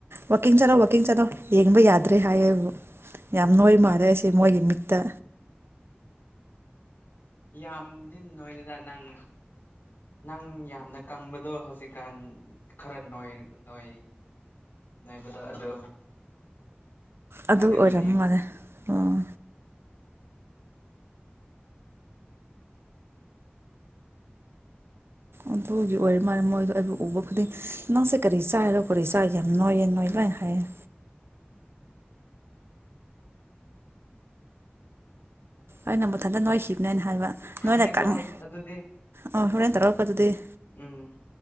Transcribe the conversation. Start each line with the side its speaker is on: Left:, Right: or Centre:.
Right: ꯋꯥꯛꯀꯤꯡ ꯆꯠꯂꯣ ꯋꯥꯛꯀꯤꯡ ꯆꯠꯂꯣ ꯌꯦꯡꯕ ꯌꯥꯗ꯭ꯔꯦ ꯍꯥꯏꯌꯦꯕꯨ ꯌꯥꯝ ꯅꯣꯏꯕ ꯃꯥꯜꯂꯦ ꯑꯩꯁꯦ ꯃꯣꯏꯒꯤ ꯃꯤꯠꯇ꯫
Left: ꯌꯥꯝꯗꯤ ꯅꯣꯏꯗꯦꯗ ꯅꯪ ꯅꯪ ꯌꯥꯝꯅ ꯀꯪꯕꯗꯣ ꯍꯧꯖꯤꯛꯀꯥꯟ ꯈꯔ ꯅꯣꯏ ꯅꯣꯏ ꯅꯣꯏꯕꯗꯣ ꯑꯗꯨ
Right: ꯑꯗꯨ
Left: ꯑꯗꯨꯒꯤꯅꯦ
Right: ꯑꯣꯏꯔꯝꯃꯤ ꯃꯥꯜꯂꯦ ꯑꯣ꯫ ꯑꯗꯨꯒꯤ ꯑꯣꯏꯔ ꯃꯥꯜꯂꯦ ꯃꯣꯏꯗꯣ ꯑꯩꯕꯨ ꯎꯕ ꯈꯨꯗꯤꯡ ꯅꯪꯁꯦ ꯀꯔꯤ ꯆꯥꯏꯔꯣ ꯀꯔꯤ ꯆꯥꯏ ꯌꯥꯝ ꯅꯣꯏꯌꯦ ꯅꯣꯏ ꯂꯣꯏꯅ ꯍꯥꯏꯌꯦ꯫ ꯑꯩꯅ ꯃꯊꯟꯗ ꯅꯣꯏꯈꯤꯕꯅꯦꯅ ꯍꯥꯏꯕ꯫
Left: ꯊꯝꯃꯦꯀꯣ
Right: ꯅꯣꯏꯅ ꯀꯪꯉꯦ
Left: ꯑꯗꯨꯗꯤ꯫
Right: ꯑꯣ ꯍꯣꯔꯦꯟ ꯇꯧꯔꯛꯄ ꯑꯗꯨꯗꯤ꯫
Left: ꯎꯝ꯫